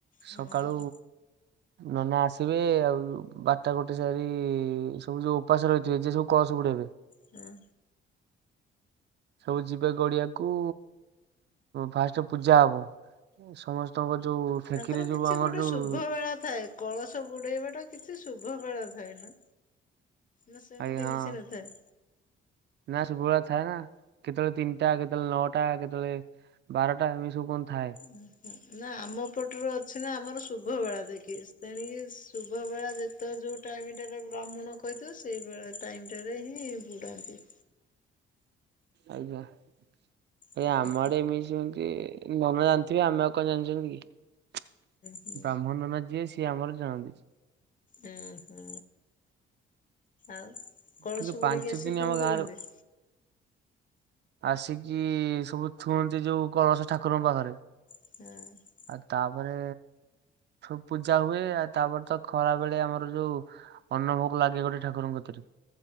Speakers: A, on the right (about 60°); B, on the left (about 40°).
A: ସକାଳୁ
B: ହଁ ହଁ
A: ନନା ଆସିବେ ଆଉ ବାରଟା ଗୋଟେ ସାରି ସବୁ ଯୋଉ ଉପାସ ରହିଥିବେ ଯେ ସବୁ କଳସ ବୁଡେ ଏବେ।
B: ହଁ।
A: ସବୁ ଯିବେ ଗଡିଆକୁ ଫାଷ୍ଟ ପୂଜା ହବ ସମସ୍ତ ଙ୍କ ଯୋଉ ଫେକିରି
B: ତାଙ୍କର
A: ଯୋଉ
B: କିଛି
A: ଆମର
B: ଗୋଟେ
A: ଯୋଉ
B: ଶୁଭ ବେଳା ଥାଏ କଳସ ବୁଡ଼େଇବାଟା କିଛି ଶୁଭ ବେଳା ଥାଏ ନା। ନା ସେମିତି
A: ଆଜ୍ଞା ହଁ
B: କିଛି ନଥାଏ।
A: ନା ଶୁଭୂଳ ଥାଏ ନା କେତେବେଳେ ତିନିଟା, କେତେବେଳେ ନଅଟା, କେତେବେଳେ ବାରଟା ଏମିଷବୁ କଁ ଥାଏ।
B: ହୁଁ ହୁଁ ନା ଆମ ପଟରେ ଅଛି ନା ଆମର ଶୁଭ ବେଳା ଦେଖି ଖ୍ରୀଷ୍ଟଣୀ ଶୁଭବେଳା ଯେତେ ଯୋଉ ଟାଇମଟାରେ ବ୍ରାହ୍ମଣ କହିଥିବ ସେଇ ବେଳ। ଟାଇମଟାରେ ହିଁ ବୁଡ଼ାନ୍ତି।
A: ଆଜ୍ଞା
B: ହୁଁ
A: ଆମ ଆଡ଼େ ବି ସେମତି ନନା ଜାଣିଥିବେ ଆମେ ଆଉ କଣ ଜାଣିଛନ୍ତି କି?
B: ହୁଁ
A: ବ୍ରାହ୍ମଣ ନନା ଯିଏ ସିଏ ଆମର ଜାଣନ୍ତି।
B: ଆଁ ହୋ ଆଉ କଳସ
A: କିନ୍ତୁ ପାଞ୍ଚ
B: ବୁଡେଇ କି ଆସିକି
A: ଦିନ ଆମ
B: କଁ
A: ଗାଁରେ
B: କରନ୍ତି?
A: ଆସିକି ସବୁ ଥୁଅନ୍ତି ଯୋଉ କଳସ ଠାକୁରଙ୍କ ପାଖରେ।
B: ହଁ।
A: ଆଉ ତାପରେ ସୁ ପୂଜା ହୁଏ ଆଉ ତାପରେ ତ ଖରା ବେଳେ ଆମର ଯୋଉ ଅର୍ଣ୍ଣ ଭୋକ ଲାଗେ ଗୋଟେ ଠାକୁରଙ୍କତିରେ।